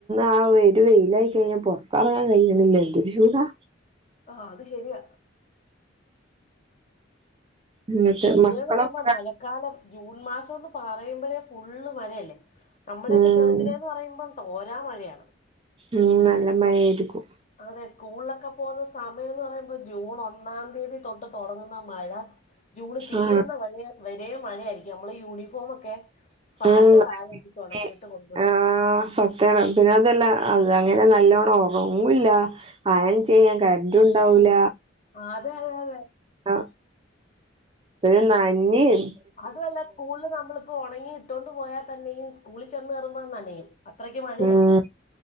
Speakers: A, on the right; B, on the left.
A: ആ ഒരു വെയിലായി കഴിഞ്ഞാൽ പുറത്തിറങ്ങാൻ കഴിയണില്ല എന്തൊരു ചൂടാ
B: ആഹ അത് ശരിയാ
A: എന്നിട്ട്
B: മറ്റേ
A: മക്കളൊക്കെ
B: പറയുമ്പോ മഴ കാലം ജൂൺ മാസംന്ന് പറയുമ്പോഴേ ഫുള്ള് മഴയല്ലേ നമ്മുടൊക്കെ
A: ഉം
B: ചെറു <unintelligible> പറയുമ്പം തോരാ മഴയാണ്
A: ഉം നല്ല മഴയായിരിക്കും
B: അതെ സ്കൂളിലൊക്കെ പോകുന്ന സമയംന്ന് പറയുമ്പോ ജൂൺ ഒന്നാം തീയതി തൊട്ട് തുടങ്ങുന്ന മഴ ജൂണ് തീരുന്ന
A: ആഹ്
B: <unintelligible> വരേ മഴയായിരിക്കും നമ്മള് യൂണിഫോം ഒക്കെ ഫാന്റെ
A: ഉം
B: താഴെട്ടിട്ട്
A: അതെ
B: ഉണകീട്ട് കൊണ്ടു
A: ആഹ് പിന്നെ അതെല്ല അത് അങ്ങനെ നല്ലോണം ഉറങ്ങുല്ല അയേൺ ചെയ്യാൻ കറന്റ്‌ ഉണ്ടാവൂല
B: ആഹ് അതെ അതെ അതെ
A: ആഹ് പിന്നെ നന്നയും
B: അതുവെല്ല സ്കൂളില് നമ്മളിപ്പൊ ഉണങ്ങിട്ടോണ്ട് പോയാൽ തന്നെയും സ്കൂളിൽ ചെന്ന് കയറുമ്പോൾ നനയും അത്രയ്ക്ക് മഴയായിരിക്കും
A: ഉം